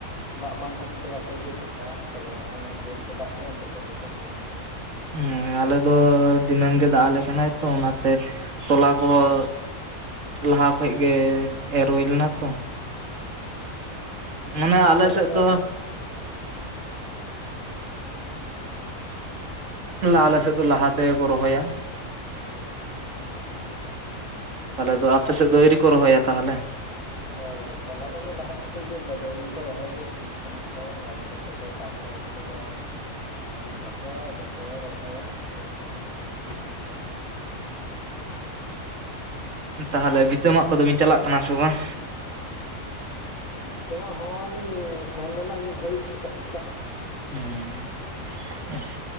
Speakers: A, on the left; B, on the right.
A: ᱫᱟᱜ ᱵᱟᱝ ᱠᱷᱟᱛᱤᱨ ᱛᱮ ᱵᱟᱠᱚ ᱤᱭᱟᱹᱭᱮᱫ ᱛᱟᱦᱮᱸ ᱠᱟ ᱛᱚᱵᱮ ᱱᱚᱜ- ᱚᱭ ᱡᱳᱨ ᱛᱮ ᱫᱟᱜ ᱠᱮᱫᱟᱭ ᱱᱤᱛᱚᱜ ᱫᱚ ᱦᱚᱭᱛᱚ ᱦᱳᱭ ᱫᱟᱲᱮᱭᱟᱜᱼᱟ᱾
B: ᱦᱩᱸ ᱟᱞᱮ ᱫᱚ ᱫᱤᱱᱟᱹᱢ ᱜᱮ ᱫᱟᱜ ᱟᱞᱮ ᱠᱟᱱᱟᱭ ᱛᱚ ᱚᱱᱟᱛᱮ ᱛᱚᱞᱟ ᱠᱚᱦᱚᱸ ᱞᱟᱦᱟ ᱠᱷᱚᱡ ᱜᱮ ᱮᱨ ᱦᱩᱭ ᱞᱮᱱᱟ ᱛᱚ᱾
A: ᱦᱩᱸ
B: ᱢᱟᱱᱮ
A: ᱵᱟᱝ
B: ᱟᱞᱮ
A: ᱛᱚᱞᱟ
B: ᱥᱮᱫ
A: ᱫᱚ
B: ᱫᱚᱼᱼ
A: ᱦᱩᱸ
B: ᱟᱞᱮ ᱥᱮᱫ ᱫᱚ ᱞᱟᱦᱟ ᱛᱮᱜᱮ ᱠᱚ ᱨᱚᱦᱚᱭᱟ᱾
A: ᱟᱪᱪᱷᱟ
B: ᱛᱟᱦᱚᱞᱮ ᱫᱚ ᱟᱯᱮ ᱥᱮᱫᱚ ᱟᱣᱨᱤ ᱠᱚ ᱨᱚᱦᱚᱭᱟ ᱛᱟᱦᱚᱞᱮ?
A: ᱦᱳᱭ ᱛᱚᱞᱟ ᱫᱚᱠᱚ ᱞᱟᱦᱟ ᱛᱮᱠᱚ ᱤᱭᱟᱹ ᱞᱮᱫᱟ ᱟᱫᱚ ᱮᱭ ᱠᱚ ᱨᱚᱦᱚᱭᱮᱫᱟ ᱥᱤᱭᱳᱜ ᱠᱟᱱᱟ ᱠᱚ ᱜᱟᱲᱤ ᱠᱚᱛᱮ ᱠᱚ ᱴᱟᱠᱴᱚᱨ ᱠᱚ ᱠᱚᱛᱮᱠᱚ ᱱᱟᱦᱮᱞᱮᱫ ᱛᱟᱠᱚᱣᱟ ᱟᱫᱚ ᱠᱚ ᱨᱚᱦᱚᱭᱟ ᱟᱥᱛᱮ ᱟᱥᱛᱮ᱾ ᱦᱩᱸ
B: ᱛᱟᱦᱚᱞᱮ ᱵᱷᱤᱛᱟᱹ ᱢᱟᱜ ᱠᱚᱫᱚ ᱵᱤᱱ ᱪᱟᱞᱟᱜ ᱠᱟᱱᱟ ᱥᱮ ᱵᱟᱝ?
A: ᱵᱷᱤᱛᱟᱹ ᱢᱟᱜ ᱦᱚ ᱞᱤᱧ ᱥᱮᱱ ᱞᱮᱱᱟ ᱢᱤᱫ ᱜᱷᱟᱲᱤᱡ ᱥᱮᱛᱟᱜ ᱥᱮᱛᱟᱜ
B: ᱦᱩᱸ